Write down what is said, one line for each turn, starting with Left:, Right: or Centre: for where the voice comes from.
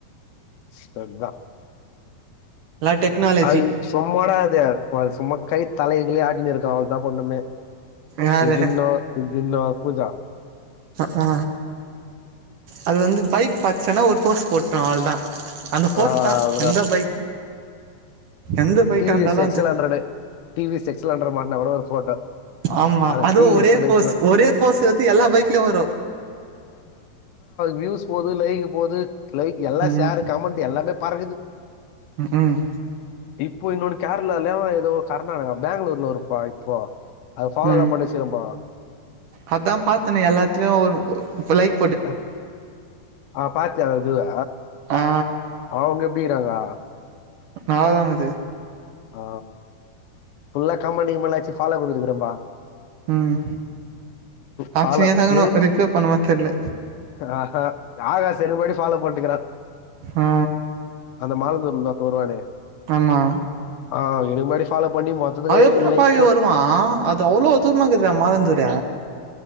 Left: <unintelligible>
Right: எல்லா டெக்னாலஜி
Left: அது சும்மாடா அது அது சும்மா கை தலைகிலைய ஆட்டினு இருக்கு டிராவல் தான் பொண்ணுமே
Right: யாரு
Left: இப்டின்னா இப்டின்னா பூஜா அ
Right: ஆ அது வந்து பைக் பார்ச்ன்னா ஒரு போஸ்ட் போட்டு அவ்ள தா அந்த போஸ்ட்தா
Left: ஆ அதுதா
Right: எந்த பைக் எந்த பைக்கா
Left: டி வி
Right: இருந்தாலு
Left: எஸ் எக்ஸ்
Right: அது
Left: L hundred T V S X L hundred மாட்னா கூட ஒரு போட்டோ
Right: ஆமா
Left: அந்த
Right: அதுவு
Left: டி வி
Right: ஒரே
Left: எஸ் பைக்கு
Right: போஸ் ஒரே போஸ் வந்து எல்லா பைக்லயு வரு
Left: வ்யூஸ் போது லைக் போது லைக் எல்லா
Right: ம்
Left: ஷேரு கமண்ட்டு எல்லார்மே பறக்குது
Right: ம்
Left: இப்போ இன்னொன்னு கேரளாலயோ ஏதோ கர்நாடகா பாங்களூர்லோ ஒருப்பா இப்போ அது ஃபாலோ
Right: ம்
Left: தான் பண்ணி செய்யறப்பா
Right: அதான் பாத்தேனே எல்லாத்லயு ஒரு பொலைப்
Left: அ ஆ பாத்தே அதுவா
Right: ஆ
Left: அவ்ங்க எப்டிருங்கோ
Right: நல்லாதான்குது
Left: ஆ ஃபுல்லா <unintelligible> ஃபாலோ குடுதுருக்கேன்ப்பா
Right: ம்
Left: ஃபாலோ
Right: அச்சினே தங்கணு
Left: எது
Right: ரிப்ளே பண்ணுமா தெர்ல
Left: ஆஹா ஆகாசு செரிபடி ஃபாலோ பண்டிக்கிறா
Right: ஆ
Left: அந்த மால்லந் ஃபுல்லா போறானே
Right: ஆமா
Left: ஆ இதுக்கு முன்னாடி ஃபாலோ பண்ணி மொத்தத்துக்கு
Right: அது எப்டிறா
Left: லைக்
Right: பாவி
Left: போட்டு
Right: வருவா அது அவ்ளோ தூர்மாக்குதுறா மாலந்தூர